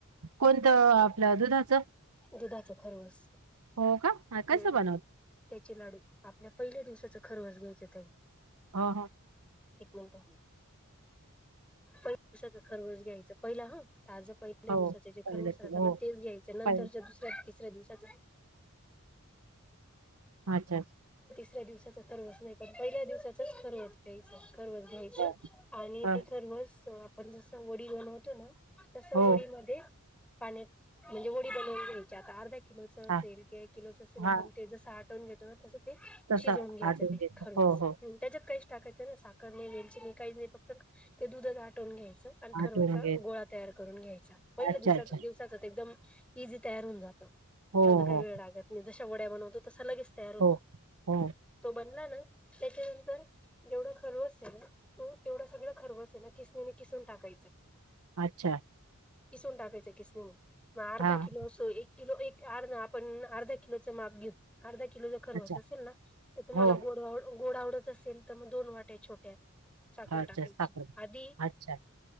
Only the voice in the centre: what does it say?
दुधाच खरवस,
हम्म हम्म,
त्याचे लाडू. आपल्या पहिल्या दिवसाचं खरवस घ्यायचं तेही.
एक मिनिटं. पहिला दिवसाचा खरवस घ्यायचं पहिला हां. ताजं पहिल्या
दिवसाचे जे खरवस
राहता
ना तेच घ्यायचे नंतरच्या
दुस तिसऱ्या दिवसाचा
ऱ्या दिवसाचं <unintelligible> नाही पण पहिल्या दिवसाचंच <unintelligible> घ्यायचं. खरवस घ्यायचं
आणि
ते खरवस आपण जसं वडी बनवतो ना. तसं
वडी मध्ये पाण्यात म्हणजे वडी बनवून घ्यायची आता अर्धा किलोचं असेल
कि एक किलोचं असेल आपण
ते जसं आटवून घेतो ना तसं‌ ते
शिजवून घ्यायचं
ते
खरवस,
म त्याच्यात काय टाकायचं ना साखर नाही वेलची नाही काहीच नाही फक्त ते दुधच आटवून घ्याय च आणि खरवसचा
गोळा तयार करून घ्यायचा, पहिल्या
दिवसा
दिवसाचं ते एकदम इझी तयार होऊन जातो,
त्याला तर काही
वेळ लागत नाही जशा वड्या बनवतो तसं लगेच तयार होतो
तो बनला ना त्याच्यानंतर जेवढं खरवस आहे ना, तो तेवढं सगळं खरवस ना खिसनीने खिसून टाकायचं.
खिसून टाकायचं किसनीने, मग अर्धा
किलो असू एक किलो एक अर् आपण अर्धा किलोचं माप घे अर्धा किलो जर खरवस
असेल ना, तर तुम्हाला
गोड गोड आवडत असेल तर मग दोन वाट्या छोट्या साखर
टाकायची,
आधी